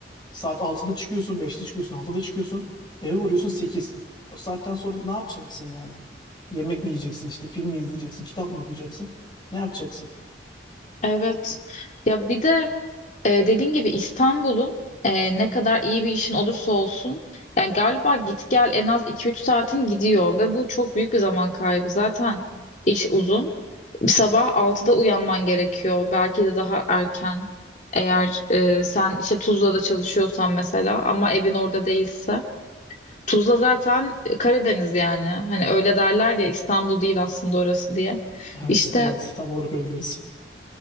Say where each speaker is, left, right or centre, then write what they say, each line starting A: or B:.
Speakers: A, on the left; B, on the left.
A: Saat altıda çıkıyorsun, beşte çıkıyorsun, altıda çıkıyorsun. Eve varıyorsun 8. O saatten sonra ne yapacaksın yani? Yemek mi yiyeceksin işte, film mi izleyeceksin, kitap mı okuyacaksın? Ne yapacaksın?
B: Evet. Ya bir de Ee, dediğin gibi İstanbul'un e, ne kadar iyi bir işin olursa olsun yani galiba git gel en az iki üç saatin gidiyor ve bu çok büyük bir zaman kaybı. Zaten iş uzun. Sabah altıda uyanman gerekiyor. Belki de daha erken. Eğer e, sen işte Tuzla'da çalışıyorsan mesela ama evin orada değilse. Tuzla zaten e, Karadeniz yani. Hani öyle derler ya İstanbul değil aslında orası diye.
A: <laughs> Evet,
B: İşte
A: evet. Tam olarak öyle diyoruz.